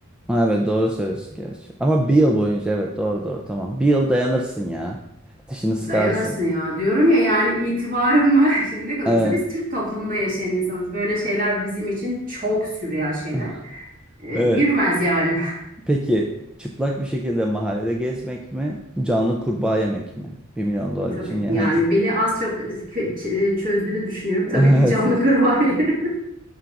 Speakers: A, in the centre; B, on the right.
A: Ha, evet doğru söylüyorsun gerçi. Ama bir yıl boyunca evet doğru doğru tamam. Bir yıl dayanırsın ya. Dişini sıkarsın.
B: Dayanırsın ya diyorum ya yani itibarımı <laughs> şimdi ne kadar
A: Evet.
B: olsa biz Türk toplumunda yaşayan insanız. Böyle şeyler bizim için çok sürreal şeyler.
A: <laughs>
B: Ee,
A: Evet.
B: yürümez yani. <laughs>
A: Peki çıplak bir şekilde mahallede gezmek mi? Canlı kurbağa yemek mi? Bir milyon dolar
B: E, tabii
A: için ye-
B: yani
A: hangisi?
B: beni az çok kö- ç- e, çözdüğünü düşünüyorum.
A: <laughs>
B: Tabii ki canlı
A: Evet,
B: kurbağa yerim.